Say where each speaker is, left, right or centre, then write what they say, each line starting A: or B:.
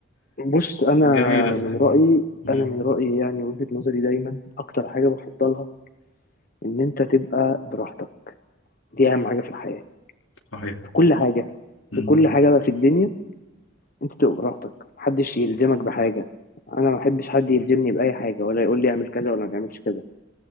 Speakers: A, on the left; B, on the left.
A: بص
B: <laughs>
A: انا
B: جميله صحيح
A: من رأيي
B: مم.
A: انا من رأيي يعني وجهة نظري دايما اكتر حاجة بفضلها ان انت تبقى براحتك دي اهم حاجه في الحياه
B: صحيح
A: في كل حاجه
B: مم.
A: في كل حاجه بقى في الدنيا انت تبقى براحتك محدش يلزمك بحاجه انا ما بحبش حد يلزمني باي حاجه ولا يقول لي اعمل كذا ولا ما تعملش كذا